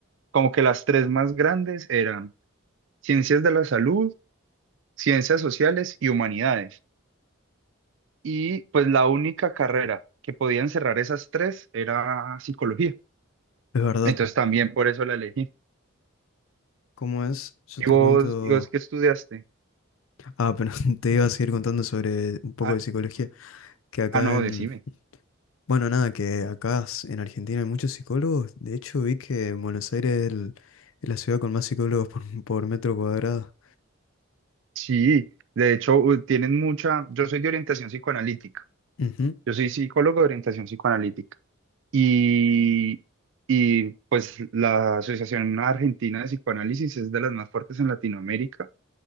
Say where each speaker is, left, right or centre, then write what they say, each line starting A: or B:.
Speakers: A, on the right; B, on the left.
A: como que las tres más grandes eran ciencias de la salud, ciencias sociales y humanidades. Y pues la única carrera que podía encerrar esas tres era psicología.
B: verdad.
A: Entonces también por eso la elegí.
B: ¿Cómo es? Yo
A: ¿Y
B: te
A: vos,
B: cuento...
A: y vos qué estudiaste?
B: Ah, pero <laughs> te iba a seguir contando sobre un poco
A: Ah,
B: de psicología, que acá
A: ah, no,
B: en...
A: decime.
B: Bueno, nada, que acá s- en Argentina hay muchos psicólogos. De hecho, vi que en Buenos Aires es el- es la ciudad con más psicólogos por, <laughs> por metro cuadrado.
A: Sí, de hecho, u- tienen mucha. Yo soy de orientación psicoanalítica.
B: Ujú,
A: Yo soy psicólogo de orientación psicoanalítica. Y, y pues la Asociación Argentina de Psicoanálisis es de las más fuertes en Latinoamérica